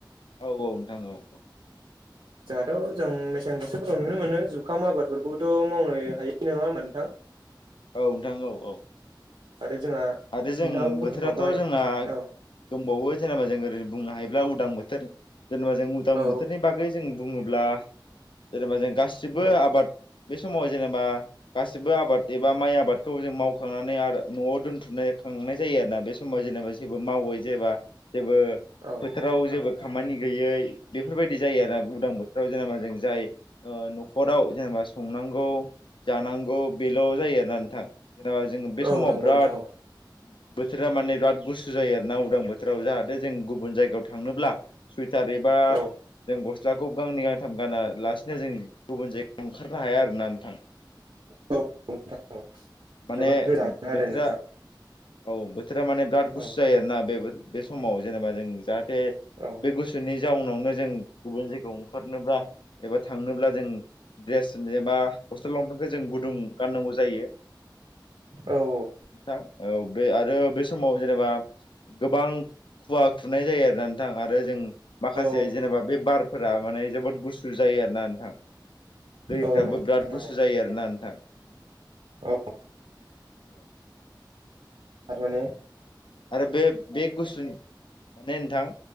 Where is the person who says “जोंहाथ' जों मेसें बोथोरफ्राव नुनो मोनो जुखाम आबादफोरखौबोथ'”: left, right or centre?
Right